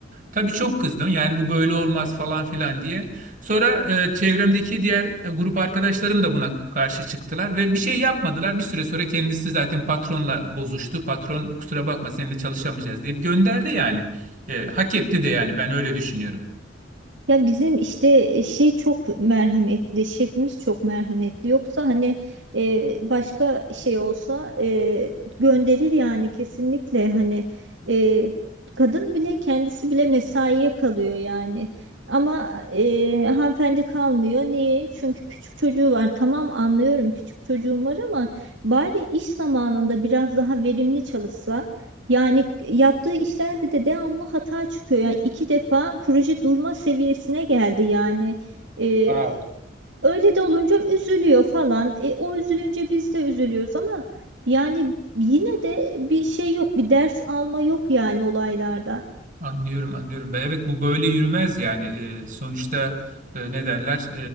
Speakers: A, on the right; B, on the right.
A: Tabii çok kızdım. Yani bu böyle olmaz falan filan diye. Sonra e, çevremdeki diğer e, grup arkadaşlarım da buna karşı çıktılar ve bir şey yapmadılar. Bir süre sonra kendisi zaten patronla bozuştu. Patron kusura bakma seninle çalışamayacağız deyip gönderdi yani. E, hak etti de yani ben öyle düşünüyorum.
B: Ya bizim işte e, şey çok merhametli, şefimiz çok merhametli. Yoksa hani e, başka şey olsa e, gönderir yani kesinlikle hani e, kadın bile kendisi bile mesaiye kalıyor yani. Ama e, hanımefendi kalmıyor. Niye? Çünkü küçük çocuğu var. Tamam anlıyorum küçük çocuğum var ama bari iş zamanında biraz daha verimli çalışsa. Yani yaptığı işlerde de devamlı hata çıkıyor. Yani iki defa proje durma seviyesine geldi yani. Ee,
A: Wow.
B: öyle de olunca üzülüyor falan. E, o üzülünce biz de üzülüyoruz ama yani yine de bir şey yok, bir ders alma yok yani olaylardan.
A: Anlıyorum, anlıyorum. Ben, evet bu böyle yürümez yani. Ee, sonuçta e, ne derler?